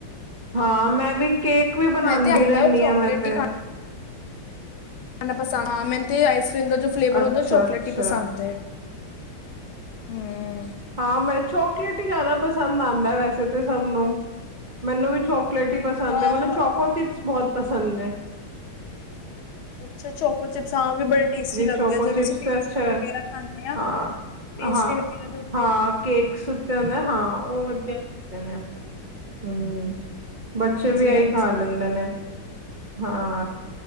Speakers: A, on the right; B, on the left.
A: ਹਾਂ ਮੈਂ ਵੀ ਕੇਕ ਵੀ ਬਣਾਦੀ
B: ਮੈਂ ਤੇ ਹੁੰਦਾ
A: ਰਹਿੰਦੀ
B: ਉਹ ਚੋਕਲੇਟ
A: ਹਾਂ ਮੈਂ ਤੇ
B: ਪਸ ਹਾਂ ਮੈਨੂੰ ਆਈਸ ਕਰ੍ਰੀਮ ਦਾ ਜੋ ਫਲੇਵਰ
A: ਅੱਛਾ
B: ਹੁੰਦਾ ਚੋਕਲੇਟ
A: ਅੱਛਾ।
B: ਹੀ ਪਸੰਦ ਏ, ਹਮ।
A: ਹਾਂ ਮੈਂ ਚੋਕਲੇਟ ਹੀ ਜ਼ਿਆਦਾ ਪਸੰਦ ਆਉਂਦਾ ਵੈਸੇ ਤਾਂ ਸਭ ਨੂੰ ਮੈਨੂੰ ਵੀ ਚੋਕ ਚੋਕਲੇਟ ਹੀ ਪਸੰਦ
B: ਹਾਂ
A: ਹੈ। ਮੈਨੂੰ ਚਕੋ ਚਿਪਸ ਬਹੁਤ ਪਸੰਦ ਹੈ।
B: ਅੱਛਾ ਚਕੋ ਚਿਪਸ ਵੀ ਬੜੇ ਟੇਸਟੀ ਲੱਗਦੇ
A: ਚੋਕੋ
B: ਆ ਜਿ
A: ਚਿਪਸ
B: ਅਸੀਂ ਪੇਸਟ
A: ਤੇ ਅੱਛਾ ਹੈ
B: ਵਗੈਰਾ ਖਾਂਦੇ ਆ।
A: ਹਾਂ
B: ਪੇਸਟੀ
A: ਹਾਂ।
B: ਵਗੈਰਾ ਦੁਪ
A: ਹਾਂ ਕੇਕਸ ਉੱਤੇ ਹੁੰਦੇ ਹਾਂ। ਉਹ ਵਧੀਆ ਹੁੰਦੇ ਨੇ ਹਮ ਬੱਚੇ
B: ਹਾਂਜੀ
A: ਵੀ ਐਈ
B: ਹਾਂਜੀ
A: ਖਾ ਲੈਂਦੇ ਨੇ। ਹਾਂ